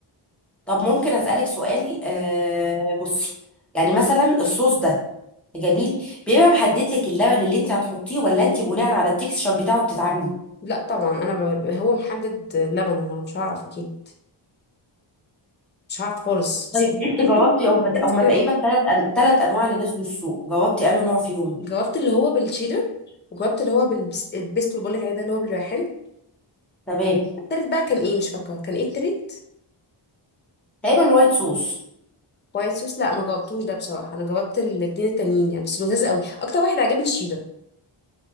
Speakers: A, in the centre; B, on the left.
A: طب ممكن اسالك سؤال آه بصي يعني مثلا الصوص ده جميل بيبقى محدد لك اللبن اللي انت هتحطيه ولا انت بناء على التكستشر بتاعه بتتعاملي
B: لا طبعا انا ب... هو محدد لبن انا مش هعرف اكيد مش هعرف خالص بس
A: طيب
B: انت
A: انت
B: ممكن
A: جاوبتي
B: ممكن
A: او مت...
B: انت
A: او
B: كده
A: ما تقريبا
B: برضه.
A: ثلاث أن... ثلاث انواع اللي نزلوا السوق جاوبتي انه نوع فيهم
B: جاوبت اللي هو بالشيدر وجاوبت اللي هو بالبس- البيستو اللي بقولك عليه ده اللي هو بالريحان
A: تمام
B: التالت بقى كان ايه مش فاكره كان ايه التالت
A: تقريبا وايت صوص
B: وايت صوص لا ما جاوبتوش ده بصراحه انا جاوبت الاتنين التانيين يعني بس لذيذ قوي اكتر واحد عجبني الشيدر